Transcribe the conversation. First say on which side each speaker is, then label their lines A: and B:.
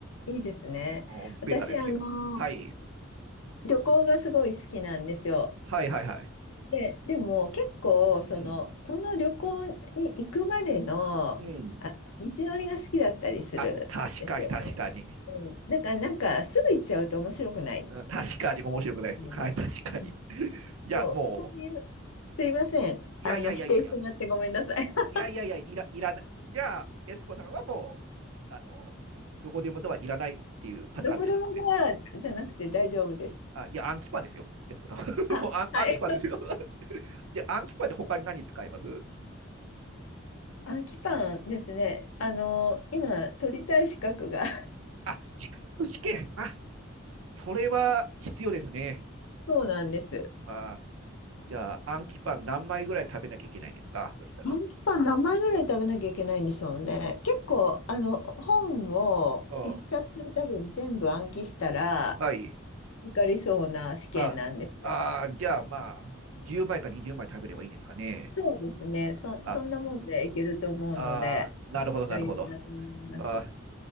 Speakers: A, on the left; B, on the right.
A: いいですね。
B: もうベタですけど。
A: あー
B: はい。
A: 旅行がすごい好きなんですよ。
B: はいはいはい。
A: で、でも結構その、
B: うん。
A: その旅行に行くまでの、
B: うん。
A: あ、道のりが好きだったりするんですよね。
B: あ、確かに確かに。
A: うん、だからなんかすぐ行っちゃうと面白くない。
B: うん確かに面白くないです。
A: うんうん
B: はい、確かに。じゃあも
A: そう、そういう、すいません。
B: う、いやいやいやいやいや、
A: あの、否定してもらってごめんなさい。<laughs>
B: いやいやいや、いら、いらない。じゃあ、エスコさんはもう、あの、どこでもドアいらないっていうパターンの人ですね。
A: どこでもドアじゃなくて大丈夫です。
B: うん。あ、いや、暗記パンですよ、エスコさんは。<laughs>
A: あ、
B: もう暗、
A: はい。
B: 暗記パンですよ。<laughs> じゃあ、暗記パンで他に何使います
A: <laughs> あ、キパンですね。あの、
B: うん
A: 今、取りたい資格が <laughs>。
B: あ、資格試験。あ、それは必要ですね。
A: そうなんです。
B: あじゃあ、暗記パン何枚ぐらい食べなきゃいけないんですかそしたら。
A: ドンキパン何枚ぐらい食べなきゃいけないんでしょうね。結構、あの、本を一冊多分全部暗記したら
B: うん。はい。
A: 受かりそうな試験なんですよ。
B: あ、あじゃあ、まあ、10枚か20枚食べればいいんですかね。
A: そうですね。そ、
B: あ、
A: そんなもんでいけると思うので、
B: あなるほど、なるほど。
A: 余裕だと思います。
B: あ